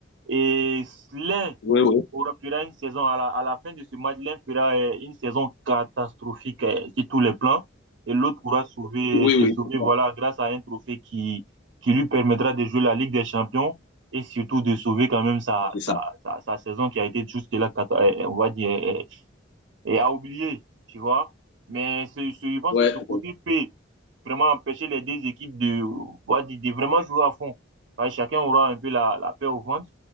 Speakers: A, on the right (about 75°); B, on the left (about 65°).
A: Et l'un
B: oui, oui.
A: aura- fera une saison, à la, à la fin de ce match, l'un fera euh, une saison catastrophique euh, sur tous les plans. Et l'autre pourra sauver,
B: Oui,
A: se
B: oui,
A: sauver,
B: c'est
A: voilà,
B: ça.
A: grâce à un trophée qui, qui lui permettra de jouer la Ligue des Champions et surtout de sauver quand même sa,
B: C'est
A: sa,
B: ça.
A: sa, sa saison qui a été jusque-là, cata- euh, on va dire, euh, et à oublier, tu vois. Mais c'est- c'est- je pense
B: Ouais,
A: que ce côté
B: ouais.
A: peut vraiment empêcher les deux équipes de, on va dire, de vraiment jouer à fond. Parce que chacun aura un peu la, la paix au ventre.